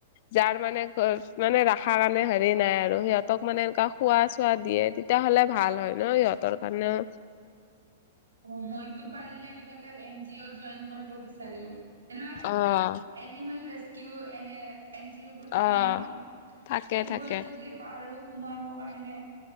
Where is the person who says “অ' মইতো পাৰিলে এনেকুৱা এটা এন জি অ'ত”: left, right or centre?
Right